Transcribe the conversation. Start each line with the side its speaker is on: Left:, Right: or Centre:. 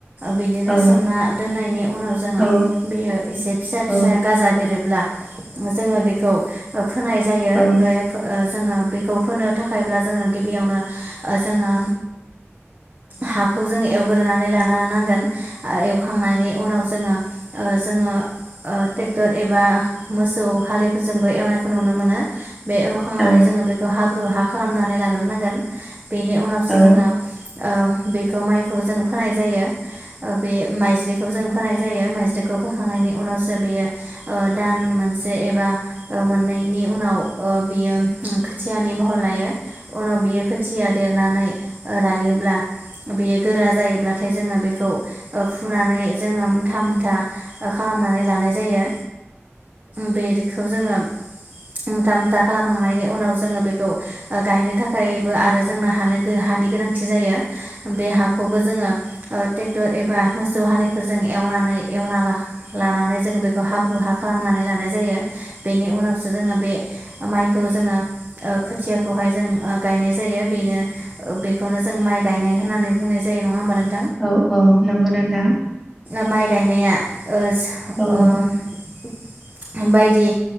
Right: बिदिनो
Centre: औ
Right: सोमना दोननायनि उनाव
Centre: औ
Right: बेयो एसे फिसा
Centre: औ
Right: फिसा गाजा बे रोब्ला जोंङो बेखौ फोनाय जायो
Centre: औ
Right: बे जोंङो बेखौ फोनो थाखायब्ला जोंङो गिबियावनो जोंङो हाखौ जोंङो ग्रोनानै लानो नांगोन एवखांनायनि उनाव <inaudible> ओ जोंङो ओ तेक टर एबा मोसौ हाललिफोरजोंबो एवनाय नुनो मोनो बे एवखांनानै
Centre: औ
Right: जोंङो बेखौ हाब्रु हाब खालामनानै लाग्रोनांगोन बेनि उनावसो
Centre: औ
Right: जोंङो ओ बेखौ माइखौ जों फोनाय जायो। बे माइज्लिखौ जों होनाय जायो <unintelligible> खौ फोखांनायनि उनावसो बेयो दान मोनसे एबा मोननायनि उनाव बियो खोथियानि महर लायो। उनाव बियो खोथिया देरनानै रायोब्ला बेयो गोरा जायोब्लाथाय जोंङो बेखौ फुनानै जोंङो मुथा मुथा खालामनानै लानाय जायो बेखौ जोंङो मुथा मुथा खालामखांनायनि उनाव जोंङो बेखौ गायनो थाखायबो आरो जोंनो हानो हानि गोनांथि जायो बे हाखौबो जोंङो ट्रेक्टर एबा मोसौ हाले फोरजों एवनानै एवना लानानै जों बेखौ हाब्रु हा खालामनानै लानाय जायो। बेनि उनावसो जोङो बे माइखौ जोङो खोथियाखौहाय जों गायनाय। <unintelligible> बेनो बेखौनो जों माइ गाय नाय होननानै बुंनाय जायो नङा होनबा नों
Centre: औ औ नंगौ नोंथां।
Right: माइ गायनाया ओ <unintelligible>
Centre: औ
Right: बिदि